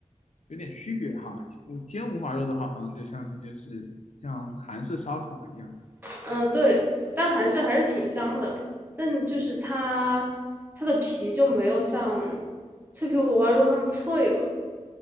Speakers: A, on the left; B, on the right.
A: 有点区别哈。我煎五花肉的话，好像就像是就是像韩式烧烤一样
B: 嗯，对，但还是还是挺香的，但就是它它的皮就没有像脆皮五花肉那么脆了。